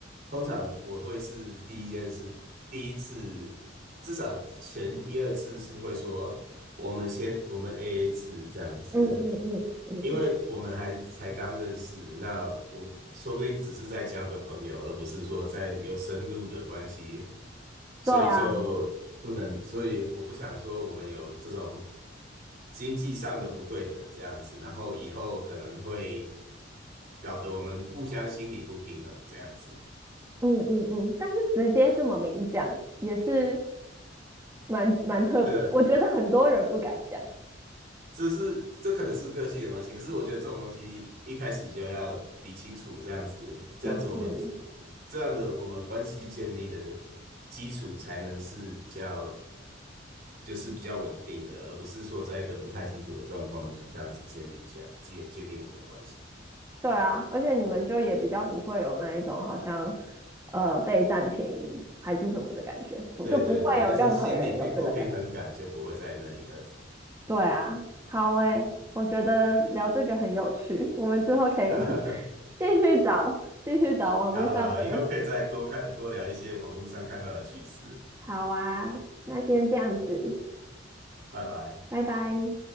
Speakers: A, on the right; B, on the right.
A: 通常我会是第一件事，第一次至少前一二次是会说，我们先我们 AA 制这样子。
B: 嗯嗯嗯嗯嗯，
A: 因为我们还才刚认识，那我说不定只是在交个朋友，而不是说在有深入的关系，所以就不能，
B: 对啊，
A: 所以我不想说我们有这种经济上的不对等这样子，然后以后可能会搞得我们互相心理不平衡这样子。
B: 嗯嗯嗯，但是直接这么明讲也是蛮蛮特别，
A: 对，
B: 我觉得很多人不敢讲，
A: 这是这可能是个性的关系，可是我觉得这种东西一开始就要理清楚，这样子，这样子我们
B: 也是。
A: 这样的我们关系建立的基础才能是比较就是比较稳定的，而不是说在一个不太清楚的状况就这样子建立一下建建立我们的关系。
B: 对啊，而且你们就也比较不会有那一种好像呃被占便宜还是什么的感觉，不就不会有任何人有这个感
A: 对对对，就是心理不不平衡感就不会在那里了。
B: 对啊，好诶，我觉得聊这个很有趣，我们之后可以
A: <laughs>
B: <laughs> 继续找，继续找网络上的。
A: 好好，以后可以再多看多聊一些网络上看到的趣事。
B: 好啊，那先这样子，
A: 拜拜。
B: 拜拜。